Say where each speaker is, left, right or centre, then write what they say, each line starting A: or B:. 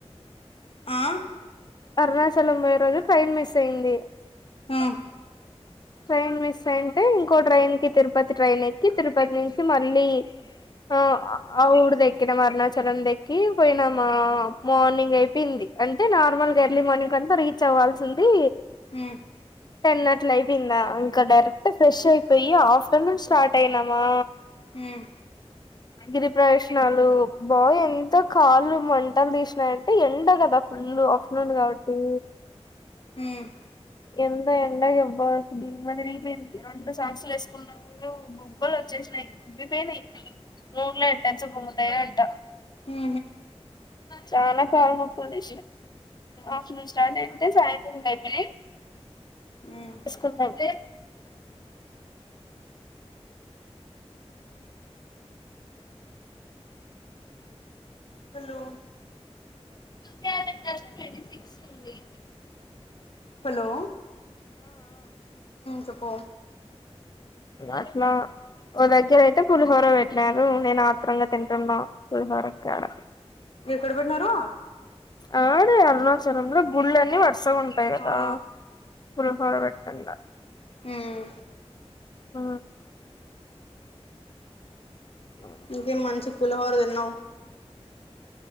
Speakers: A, on the left; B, on the left.
A: ఆ
B: అరుణాచలం పోయే రోజు ట్రైన్ మిస్ అయింది
A: ఆ
B: ట్రైన్ మిస్ అయింటే ఇంకో ట్రైన్ కి తిరుపతి ట్రైన్ ఎక్కి తిరుపతి నుంచి మళ్ళీ ఆ ఆ ఊరు ద ఎక్కినాం అరుణాచలం దక్కి పోయినాము మార్నింగ్ అయిపోయింది అంటే నార్మల్గా ఎర్లీ మార్నింగ్ అంతా రీచ్ అవ్వాల్సింది
A: హ
B: టన్నట్లైఫ అందా అంకా డైరెక్ ఫ్రెష్ అయిపోయి ఆఫటర్నూన్ స్టార్ట్ అయనమా
A: మ్మ్
B: గిరి ప్రయోజనాలు బా ఎంత కాళ్లుు వంటలు తీసినాయంటే ఎండ కదా ఫుల్ అప్షనాలు కాబట్టి
A: మ్మ్
B: ఎంత ఎండ ఎవబ దిమదిరిగిపోయింది రెండు సాక్స్లు వేసుకున్నప్పుడు బొబ్్బలు వచ్చేసినాయి బొబ్్బిపోయినాయి మూర్లో అట్టాంచ బొముతయ అట్ట
A: ఆ
B: చాలా కాలంప్పుడు ఆఫ్లు స్టార్ట్ అంటే సాయంత్రం అయిపో అ <unintelligible>
A: మ్మ్ హలో
B: కాలెండర్ సిక్స్ ఉడి
A: హలో చెప్ప
B: అట్లా ఓ దగ్గర అయితే పులిహోర పెట్లేారు నేను ఆత్రరంగా తింటున్నా పులిహోరడ
A: ఎక్కడ బడినారూ
B: ఆడే అరుణాచరంలో గుళ్ళీ పడుత కస ఉంటాయి కదా
A: ఆ
B: <unintelligible> పెట్టంగా
A: మ్మ్
B: ఆ ఆ
A: ఇంకేం మంచి పులహోరలు విన్నావు